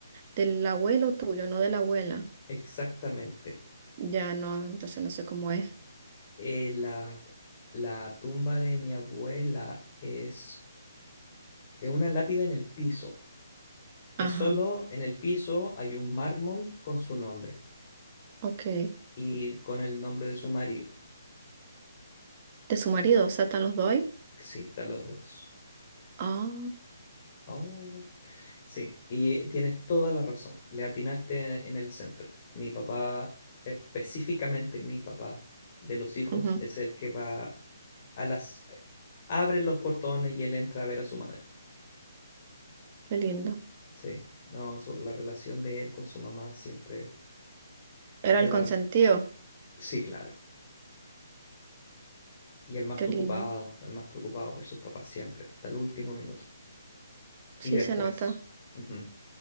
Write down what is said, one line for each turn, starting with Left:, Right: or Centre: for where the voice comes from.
Right: del abuelo tuyo, no de la abuela.
Left: exactamente.
Right: Ya no, entonces no sé cómo es.
Left: Eh, la, la tumba de mi abuela es, es una lápida en el piso. Es
Right: Ajá,
Left: solo en el piso hay un mármol con su nombre
Right: ok.
Left: y con el nombre de su marido.
Right: De su marido, o sea, ¿están los dos ahí?
Left: Sí, están los dos.
Right: Ah,
Left: Oh, sí, y tienes toda la razón. Le atinaste en el centro. Mi papá, específicamente mi papá de los hijos,
Right: ujú,
Left: es el que va a las eh, abre los portones y él entra a ver a su madre.
Right: qué lindo.
Left: Sí, no, su- la relación de él con su mamá siempre
Right: Era
Left: de
Right: el
Left: dar,
Right: consentido,
Left: sí, claro. Y el más
Right: qué
Left: preocupado,
Right: lindo.
Left: el más preocupado por sus papás siempre, hasta el último minuto.
Right: Sí,
Left: Y después.
Right: se nota.
Left: Ujú.